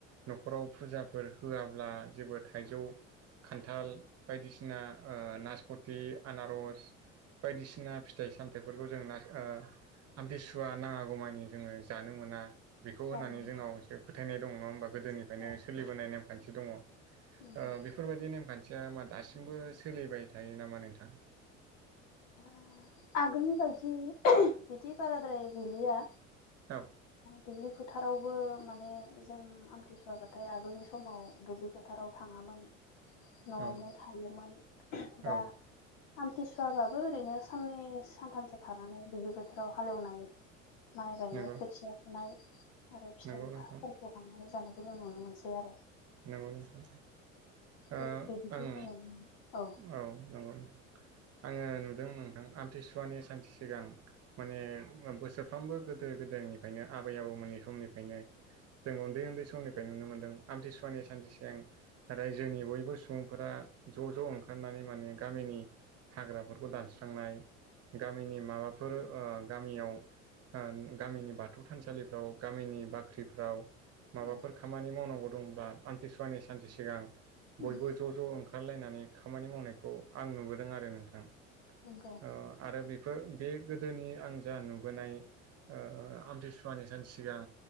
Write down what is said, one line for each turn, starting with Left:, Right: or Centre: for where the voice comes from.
Right: न'खराव फुजाफोर होआब्ला जोबोद। थाइजौ खान्थाल बायदिसिना ओ नासपथि आनारस। बायदिसिना फिथाइ सामथाइफोरखौ जों ना ओ। आम्थिसुवा नाङागौमानि जोङो जानो मोना। बेखौ होनानै
Left: जानांगौ
Right: जोंनाव एसे फोथायनाय दङ नङा होमबा गोदोनिफ्रायनो
Left: औ
Right: सोलिबोनाय नेमखान्थि दङ।
Left: नंगौ
Right: ओ बेफोरबायदि नेमखान्थिया मा दासिमबो सोलिबाय थायो नामा नोंथां।
Left: ओ आगोलनि बायदि ओहो बिदि बाराद्राय गैलिया।
Right: औ
Left: दुब्लि फोथारावबो माने जों आम्थिसुवाबाथाय आगोलनि समाव दुब्लि फो फोथाराव थाङामोन। न'आवनो
Right: औ
Left: थायोमोन दा
Right: औ
Left: आमथिसुवाबा दो ओरैनो साननैस सानथामसो थानानै दुब्लि बोथोराव हालेवनाय माइ गायनाय
Right: नंगौ
Left: खोथिया फुनाय। आरो फिथाइ
Right: नंगौ नोंथां
Left: फाफोरखौ हान्नानै जानायखौ जों नुनो मोनसै आरो।
Right: नोंगौ नोंथां।
Left: बे
Right: ओ
Left: बिदिखौ
Right: ओं
Left: जों नुनो मोनो
Right: औ नंगौ। आङो नुदों नोंथां आम्थिसुवानि सानसे सिगां। माने बोसोरफ्रामबो गोदो गोदायनिफ्रायनो आबै आबौमोननि समनिफ्रायनो। जों उन्दै उन्दै समनिफ्राय नुनो मोनदों आम्थिसुवानि सानसे सिगां। राज्योनि बयबो सुबुंफोरा ज' ज' ओंखारनानै माने गामिनि। हाग्राफोरखौ दानस्रांनाय गामिनि माबाफोर ओ गामियाव। होन गामिनि बाथौ थानसालिफ्राव गामिनि बाख्रिफ्राव। माबाफोर
Left: औ
Right: खामानि मावनांगौ दंब्ला आम्थिसुवानि सानसे सिगां
Left: औ
Right: बयबो ज' ज' ओंखा ओंखारलायनानै खामानि मावनायखौ आं नुबोदों आरो नोंथां।
Left: नंगौ
Right: ओ आरो बेफोर बे गोदोनि आं जा नुबोनाय। ओ आम्थिसुवानि सानसे सिगां।